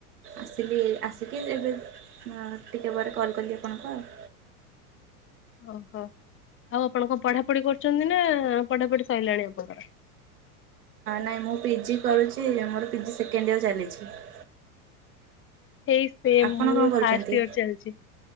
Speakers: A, on the right (about 85°); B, on the left (about 30°).
A: ଆସିଲି ଆସିକି ଏବେ ହଁ ଟିକେ ପରେ କଲ୍ କଲି ଆପଣଙ୍କୁ ଆଉ।
B: ଓହୋ ଆଉ ଆପଣ କଣ ପଢାପଢି କରୁଛନ୍ତି ନା ପଢାପଢି ସରିଲାଣି ଆପଣଙ୍କର?
A: ନାହିଁ ମୁଁ ପିଜି କରୁଚି ମୋର ପିଜି ସେକେଣ୍ଡ ଇୟର ଚାଲିଚି ଏବେ
B: ହେଇ ସେ
A: ଆପଣ
B: ମୁଁ
A: କଣ କରୁଛନ୍ତି?
B: ଫାଷ୍ଟ ଇୟର ଚାଲିଚି